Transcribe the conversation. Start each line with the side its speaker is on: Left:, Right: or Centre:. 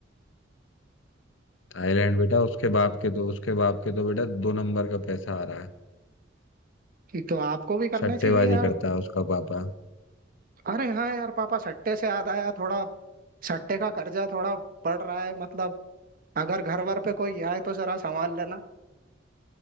Left: थाईलैंड बेटा उसके बाप के तो उसके बाप के तो बेटा दो नंबर का पैसा आ रहा है
Right: कि तो आपको भी करना
Left: सट्टेबाजी
Right: चाहिए यार
Left: करता है उसका पापा
Right: अरे हाँ यार पापा सट्टे से याद आया थोड़ा सट्टे का कर्जा थोड़ा बढ़ रहा है मतलब अगर घर वर पे कोई आए तो जरा संभाल लेना